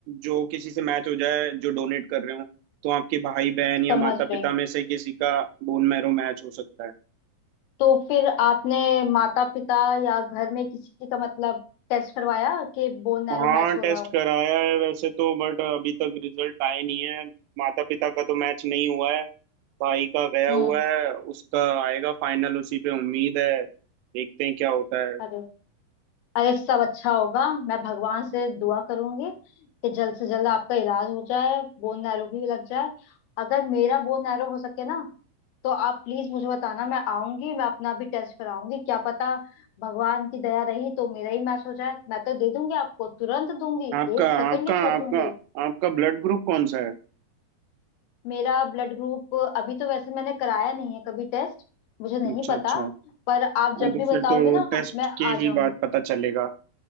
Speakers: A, on the right (about 85°); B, on the left (about 75°).
A: जो किसी से मैच हो जाए जो डोनेट कर रहे हो तो आपके भाई बहन या
B: समझ
A: माता
B: रही
A: पिता
B: हूँ
A: में से किसी का बोन मैरो मैच हो सकता है
B: तो फिर आपने माता पिता या घर में किसी का मतलब टेस्ट करवाया कि बोन नैरो
A: हाँ
B: मैच हो
A: टेस्ट
B: रहा हो
A: कराया है वैसे तो बट अभी तक रिजल्ट आए नहीं है माता पिता का तो मैच नहीं हुआ है भाई का गया
B: हम्म
A: हुआ है उसका आएगा फाइनल उसी पे उम्मीद है देखते हैं क्या होता है
B: अरे अरे सब अच्छा होगा मैं भगवान से दुआ करूंगी कि जल्द से जल्द आपका इलाज हो जाए बोन नैरो भी लग जाए अगर मेरा बोन नैरो हो सके ना तो आप प्लीज मुझे बताना मैं आऊंगी मैं अपना भी टेस्ट कराऊंगी क्या पता भगवान की दया रही तो मेरा ही मैच हो जाए मैं तो दे दूंगी आपको तुरंत दूंगी
A: आपका
B: एक सेकंड
A: आपका
B: नहीं सोचूंगी
A: आपका आपका ब्लड ग्रुप कौन सा है
B: मेरा ब्लड ग्रुप अभी तो वैसे मैंने कराया नहीं है कभी टेस्ट मुझे नहीं
A: अच्छा
B: पता
A: अच्छा
B: पर
A: हाँ,
B: आप जब
A: तो
B: भी
A: फिर
B: बताओगे
A: तो
B: ना
A: टेस्ट
B: मैं आ
A: के
B: जाऊंगी
A: ही बाद पता चलेगा